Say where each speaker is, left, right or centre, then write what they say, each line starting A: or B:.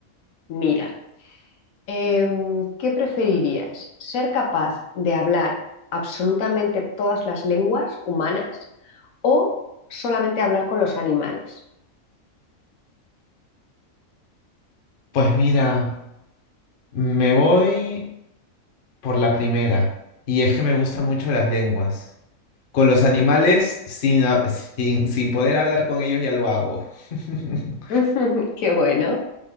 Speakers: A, on the left (about 75°); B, on the left (about 50°).
A: Mira, em, ¿qué preferirías? ¿Ser capaz de hablar absolutamente todas las lenguas humanas o solamente hablar con los animales?
B: Pues mira, me voy por la primera. Y es que me gustan mucho las lenguas. Con los animales, sin, ha- sin, sin poder hablar con ellos, ya lo hago. <laughs>
A: <laughs> Qué bueno.